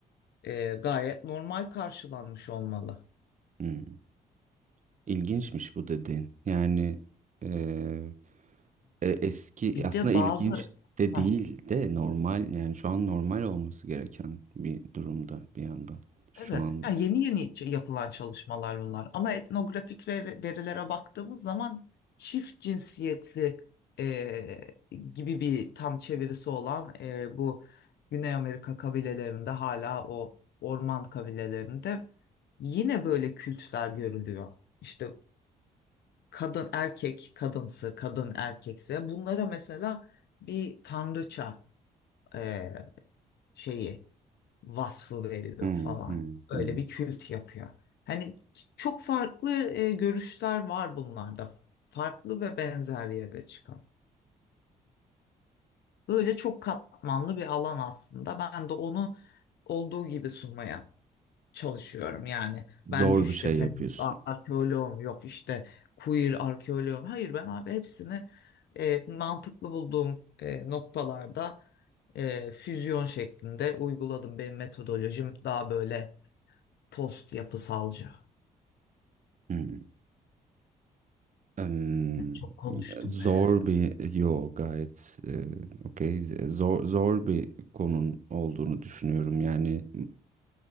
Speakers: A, on the left (about 65°); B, on the right (about 45°).
A: e, gayet normal karşılanmış olmalı.
B: hmm. İlginçmiş bu dediğin. Yani eee, e, eski
A: Bir
B: aslında
A: de
B: ilginç
A: bazı...
B: de
A: Hah,
B: değil de normal yani şu an normal olması gereken bir durumda bir yandan şu
A: Evet,
B: anda.
A: ya yeni yeni ç- yapılan çalışmalar bunlar. Ama etnografik ver- verilere baktığımız zaman çift cinsiyetli e, gibi bir tam çevirisi olan e, bu Güney Amerika kabilelerinde hala o orman kabilelerinde yine böyle kültler görülüyor. İşte kadın erkek kadınsı, kadın erkekse bunlara mesela bir tanrıça e, şeyi vasfı veriliyor
B: Hmm,
A: falan.
B: hmm,
A: Öyle
B: hmm.
A: bir kült yapıyor. Hani ç- çok farklı e, görüşler var bunlarda. Farklı ve benzer yere çıkan. Böyle çok katmanlı bir alan aslında. Ben de onu olduğu gibi sunmaya çalışıyorum. Yani ben
B: Zor
A: işte
B: bir şey
A: feminist
B: yapıyorsun.
A: arkeoloğum yok işte queer arkeoloğum. Hayır ben abi hepsini e, mantıklı bulduğum e, noktalarda e, füzyon şeklinde uyguladım. Benim metodolojim daha böyle Post yapısalcı.
B: Hmm. Em,
A: Ne çok konuştum
B: zor
A: be.
B: bir yo gayet e, okey zor zor bir konun olduğunu düşünüyorum yani